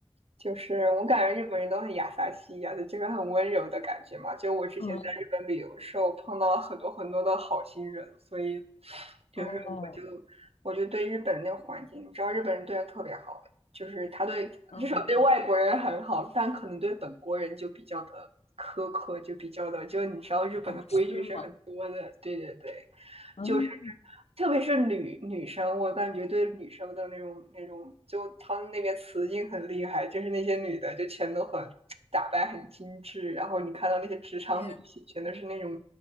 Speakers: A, on the right (about 70°); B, on the left (about 75°).
A: 就是我感觉日本人都很雅萨西亚的，就是很温柔的感觉嘛。就我之前在日本旅游的时候，
B: <laughs> 嗯，
A: 碰到了很多很多的好心人，所以就是我就我就对日本那个环境，
B: 哦，
A: 你知道日本人对人特别好，就是他对至少对外国人很好，
B: 嗯，
A: 但可能对本国人就比较的苛刻，就比较的，就你知道日本的规矩是很多的，
B: 哦，是吗？
A: 对对对。
B: 嗯，
A: 就是特别是女女生，我感觉对女生的那种那种，就他们那边雌竞很厉害，就是那些女的就全都很打扮很精致，然后你看到那些职场女性，
B: 也
A: 全都是那种